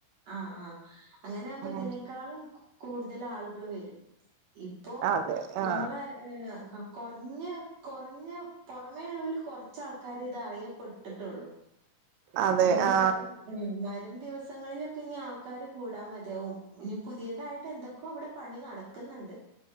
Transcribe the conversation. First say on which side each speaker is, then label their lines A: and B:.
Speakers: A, on the right (about 60°); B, on the right (about 85°).
A: ആ ആ അങ്ങനെ ആകുമ്പോ
B: ഉം
A: ഇതിനേക്കാളും കു കൂടുതൽ ആളുകൾ വരും ഇപ്പോ
B: അതെ ആ
A: നമ്മളെ ഏ ക കൊർഞ്ഞെ കൊർഞ്ഞെ പുറമേള്ളോൽ കൊർച്ചാൾക്കാര് ഇത് അറിയപ്പെട്ടിട്ടൊള്ളു
B: അതെ
A: ഇനിയും
B: ആ
A: വരും ഉം വരും ദിവസങ്ങളിലൊക്കെ ഇനി ആൾക്കാര് കൂടാൻ മതിയാവും ഇനി പുതിയതായിട്ട് എന്തൊക്കോ അവിടെ പണി നടത്ത്ന്ന് ണ്ട്